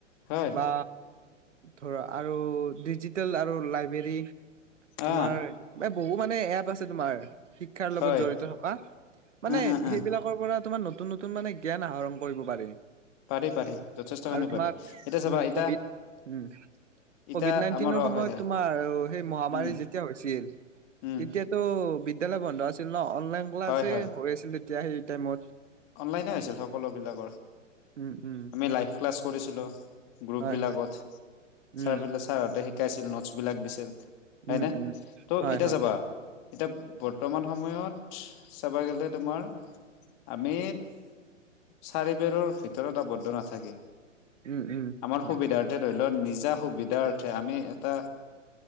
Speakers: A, on the left; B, on the right.
A: হয়
B: বা ধৰা আৰু ডিজিটেল আৰু লাইব্ৰেৰী।
A: অ
B: তোমাৰ বহু মানে এপ আছে তোমাৰ। শিক্ষাৰ
A: হয়
B: লগত জড়িত থকা মানে
A: উম উম উম
B: সেইবিলাকৰ পৰা তোমাৰ ন। নতুন নতুন মানে জ্ঞান আহৰণ কৰিব পাৰি।
A: পাৰি পাৰি যথেষ্ট‌ খিনি
B: আৰু
A: পাৰি।
B: তোমাক
A: এতিয়া চাবা
B: উম
A: এতিয়া
B: কভিড উম।
A: এতিয়া
B: কভিড নাইনটিনৰ
A: আমাৰ অ
B: সময়ত
A: হয় দে
B: তোমাৰ সেই মহামাৰী
A: উম
B: যেতিয়া হৈছিল
A: উম
B: তেতিয়া। ত' বিদ্যালয় বন্ধ আছিল ন অনলাইন ক্লাছে
A: হয় হয়
B: হৈ আছিল এতিয়া সেইটো টাইমত।
A: অনলাইনে হৈছিল সকলো বিলাকৰ
B: উম উম
A: আমি লাইফ। ক্লাছ কৰিছিলোঁ গ্ৰুপ
B: হয়
A: বিলাকত
B: হয়
A: চা।
B: উম
A: ছাৰ হতে শিকাইছিল নোটছ বিলাক দিছিল হয়
B: উম
A: নে ত'
B: উম হয়
A: এতিয়া
B: হয়
A: চাবা। এতিয়া বৰ্তমান সময়ত চাব গ'লে তোমাৰ। আমি চাৰি বেৰৰ ভিতৰত আৱদ্ধ নাথাকে।
B: উম উম
A: আমাৰ
B: হয়
A: সুবিধাৰ্থে ধৰি লও নিজা সুবিধাৰ অৰ্থে আমি এটা।